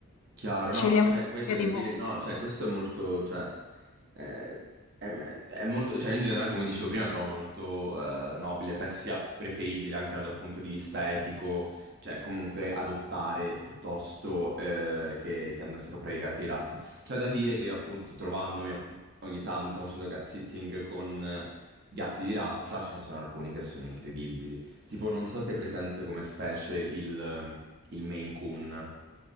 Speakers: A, on the right; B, on the left.
A: Chiaro,
B: scegliamo
A: no, cioè
B: la
A: poi
B: coppia
A: c'è
B: di
A: da dire,
B: Monza.
A: no, cioè questo è molto, cioè, eh, è, è molto, cioè in generale come dicevo prima trovo molto eh, nobile, penso sia preferibile anche dal punto di vista etico, cioè comunque adottare piuttosto eh, che, che andarsi a comprare i gatti di razza. C'è da dire che io, appunto trovandomi appu- ogni tanto facendo cat sitting con eh, gatti di razza, ce ne sono alcuni che sono incredibili, tipo non so se è presente come specie il, il Maine Coon